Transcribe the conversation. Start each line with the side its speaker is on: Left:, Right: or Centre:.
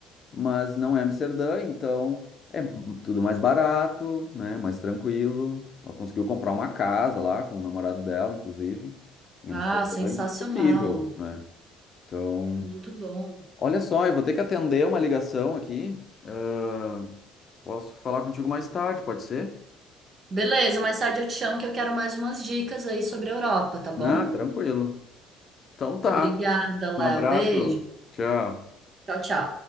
Left: mas não é Amsterdã, então é tudo mais barato, né? Mais tranquilo. Ela conseguiu comprar uma casa lá com o namorado dela, inclusive, em
Right: Ah,
Left: Amsterdã,
Right: sensacional.
Left: é impossível, né? Então,
Right: Muito bom.
Left: olha só, eu vou ter que atender uma ligação aqui. Ah, posso falar contigo mais tarde, pode ser?
Right: Beleza, mais tarde eu te chamo que eu quero mais umas dicas aí sobre a Europa, tá bom?
Left: Ah, tranquilo. Então tá.
Right: Obrigada, Léo.
Left: Um abraço.
Right: Beijo.
Left: Tchau.
Right: Tchau, tchau.